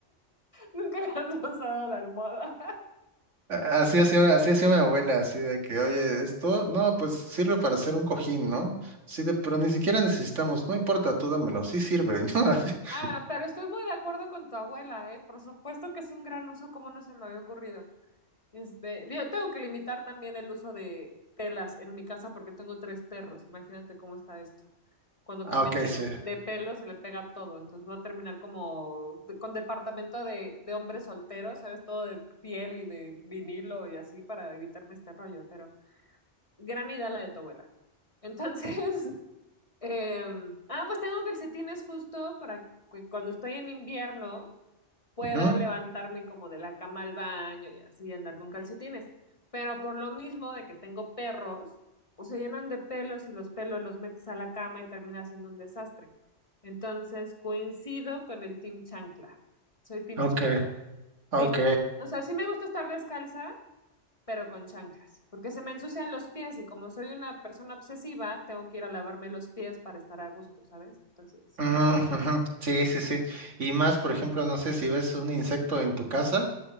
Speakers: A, on the left; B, on the right.
A: Nunca le has usado la almohada.
B: A- Así hacía, así hacía mi abuela, así de que, oye, esto, no, pues sirve para hacer un cojín, ¿no? Sí, de, pero ni siquiera necesitamos, no importa, tú dámelo, sí sirve, ¿no? <laughs>
A: Ah, pero estoy muy de acuerdo con tu abuela, ¿eh? Por supuesto que es un gran uso, como no se me había ocurrido. Este, yo tengo que limitar también el uso de telas en mi casa porque tengo tres perros. Imagínate cómo está esto. Cuando
B: Ah,
A: cambian
B: ok,
A: de,
B: sí.
A: de pelo se le pega todo. Entonces va a terminar como de- con departamento de, de hombres solteros, ¿sabes? Todo de piel y de vinilo y así para evitarme este rollo. Pero gran idea la de tu abuela. Entonces, <laughs> eh, ah, pues tengo calcetines justo para que cuando estoy en invierno pueda
B: Ujú,
A: levantarme como de la cama al baño y así andar con calcetines. Pero por lo mismo de que tengo perros, pues se llenan de pelos y los pelos los metes a la cama y termina siendo un desastre. Entonces coincido con el Team Chancla. Soy Team
B: Ok,
A: Chancla.
B: ok.
A: Sí. O sea, sí me gusta estar descalza, pero con chanclas, porque se me ensucian los pies y como soy una persona obsesiva, tengo que ir a lavarme los pies para estar a gusto, ¿sabes? Entonces,
B: Ujú, ujú. Sí, sí, sí. Y más, por ejemplo, no sé si ves un insecto en tu casa.